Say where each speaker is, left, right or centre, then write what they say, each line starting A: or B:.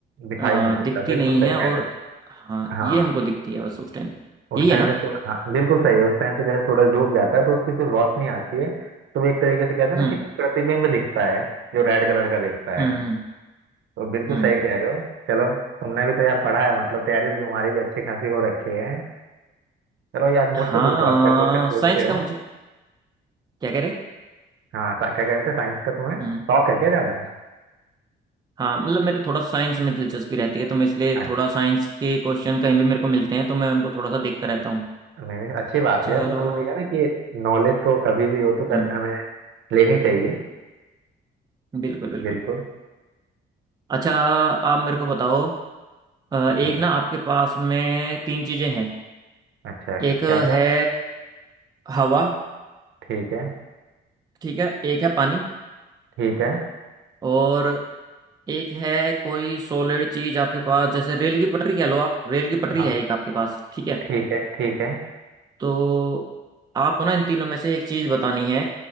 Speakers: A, on the right (about 70°); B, on the right (about 20°).
A: दिखाई
B: अ,
A: नहीं देता
B: दिखती
A: बिल्कुल
B: नहीं
A: सही
B: है
A: कह
B: और
A: रहे
B: हाँ
A: हो हाँ
B: ये हमको दिखती है बस उस टाइम पर
A: उस
B: यही
A: टाइम
B: है ना
A: पे सूर- हाँ बिल्कुल सही है उस टाइम पे जैसे सूरज डूब जाता है तो उसकी जो रोशनी आती है तो वो एक तरीके से कहते हैं ना
B: हम्म
A: कि प्रतिबिंब दिखता है जो रेड कलर का दिखता
B: हम्म
A: है
B: हम्म।
A: तो बिल्कुल
B: हम्म
A: सही कह रहे हो चलो तुमने भी तो यार पढ़ा है मतलब तैयारी तो तुम्हारी भी अच्छी खासी हो रखी है चलो यार मुझसे
B: हाँ
A: पूछो आप क्या क्वेश्चन पूछते
B: साइंस
A: हो
B: का मुझे क्या कह रहे
A: हाँ सा- क्या कहते थे साइंस का तुम्हें
B: हम्म
A: शौक है क्या ज्यादा
B: हाँ मतलब मेरे थोड़ा साइंस में दिलचस्पी रहती है तो मैं इसलिए
A: अच्छा।
B: थोड़ा साइंस के क्वेश्चन कहीं भी मेरे को मिलते हैं तो मैं उनको थोड़ा सा देखता रहता हूँ
A: नहीं नहीं अच्छी बात
B: चलो
A: है यार मतलब ये है ना कि नॉलेज तो कभी भी हो तो
B: हम्म
A: कर हमें लेनी चाहिए
B: बिल्कुल बिल्कुल
A: बिल्कुल
B: अच्छा आप मेरे को बताओ अ, एक
A: हाँ
B: ना आपके पास में तीन चीजें हैं
A: अच्छा है।
B: एक
A: क्या क्या
B: है हवा
A: ठीक है
B: ठीक है एक है पानी
A: ठीक है
B: और एक है कोई सॉलिड चीज आपके पास जैसे रेल की पटरी कह लो आप रेल की पटरी
A: हाँ
B: है एक आपके पास ठीक है
A: ठीक है ठीक है
B: तो आपको ना इन तीनों में से एक चीज बतानी है